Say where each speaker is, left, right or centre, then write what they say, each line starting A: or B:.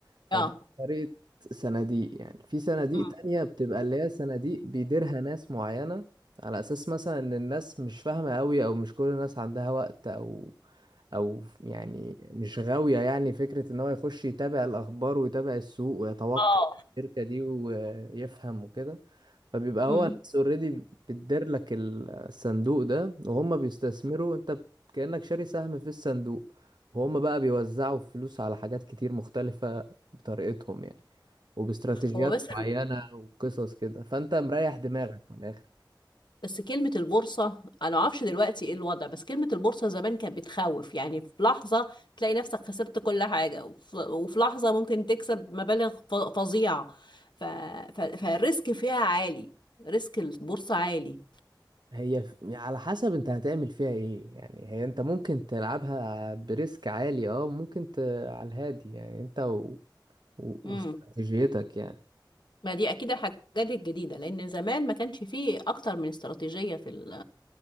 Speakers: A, on the right; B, on the left.
A: فدي
B: اه
A: طريقة صناديق يعني في صناديق
B: مم.
A: تانية بتبقى اللي هي صناديق بيديرها ناس معينة على أساس مثلا إن الناس مش فاهمة أوي أو مش كل الناس عندها وقت أو أو يعني مش غاوية يعني فكرة إن هو يخش يتابع الأخبار ويتابع السوق ويتوقع
B: اه
A: الشركة دي ويفهم وكده فبيبقى
B: مم.
A: هو ناس اوريدي بتدير لك الصندوق ده وهم بيستثمروا انت كأنك شاري سهم في الصندوق وهم بقى بيوزعوا فلوس على حاجات كتير مختلفة بطريقتهم يعني وباستراتيجيات
B: هو بس
A: معينة وقصص كده فأنت مريح دماغك من الآخر
B: بس كلمة البورصة أنا معرفش دلوقتي إيه الوضع بس كلمة البورصة زمان كانت بتخوف يعني في لحظة تلاقي نفسك خسرت كل حاجة وف- وفي لحظة ممكن تكسب مبالغ ف- فظيعة ف... ف... فالريسك فيها عالي ريسك البورصة عالي
A: هي ف- على حسب انت هتعمل فيها ايه يعني هي انت ممكن تلعبها بريسك عالي اه ممكن ت... على الهادي يعني انت و... و...
B: مم.
A: واستراتيجيتك يعني
B: ما دي أكيد الحاجات الجديدة لأن زمان ما كانش فيه أكتر من استراتيجية في ال...